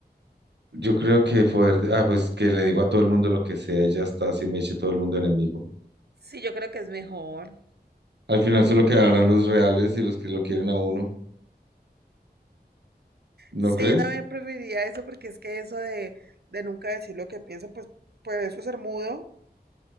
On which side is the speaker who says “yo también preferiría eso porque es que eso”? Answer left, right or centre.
Right